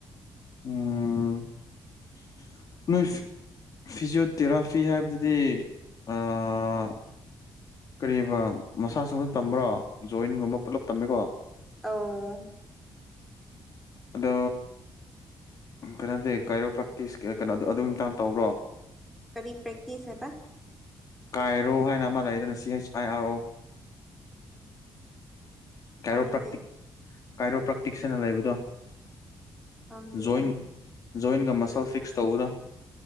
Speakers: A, on the left; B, in the centre.
A: <unintelligible> ꯅꯣꯏ ꯐꯤꯖꯤꯑꯣꯊꯦꯔꯥꯐꯤ ꯍꯥꯏꯕꯗꯨꯗꯤ ꯑꯥ ꯀꯔꯤꯕ ꯃꯁꯥꯁ <unintelligible> ꯇꯝꯕ꯭ꯔꯣ ꯖꯣꯏꯟꯒꯨꯝꯕ ꯄꯨꯜꯂꯞ ꯇꯝꯃꯦꯀꯣ
B: <unintelligible>
A: ꯑꯗꯣ ꯀꯩꯅꯣꯗꯤ ꯀꯥꯏꯔꯣꯄ꯭ꯔꯦꯛꯇꯤꯁꯀꯤ ꯀꯩꯅꯣꯗꯣ ꯑꯗꯨꯒꯤ ꯃꯇꯥꯡ ꯇꯧꯕ꯭ꯔꯣ
B: ꯀꯕꯤ ꯄꯔ꯭ꯦꯛꯇꯛꯇꯤꯁ ꯍꯥꯏꯕ
A: ꯀꯥꯏꯔꯣ ꯍꯥꯏꯅ ꯑꯃ ꯂꯩꯗꯅ ꯁꯤ ꯍꯩꯆ ꯑꯥꯏ ꯑꯥꯔ ꯑꯣ ꯀꯥꯏꯔꯣ
B: ꯈꯪꯗꯦ
A: ꯄ꯭ꯔꯥꯛꯇꯤꯛ ꯀꯥꯏꯔꯣ ꯄ꯭ꯔꯥꯛꯇꯤꯛꯁ ꯍꯥꯏꯅ ꯂꯩꯕꯗꯣ
B: ꯈꯪꯗꯦ
A: ꯖꯣꯏꯟ
B: ꯑꯩ
A: ꯖꯣꯏꯟꯒ ꯃꯁꯜ ꯐꯤꯛꯁ ꯇꯧꯕꯗꯣ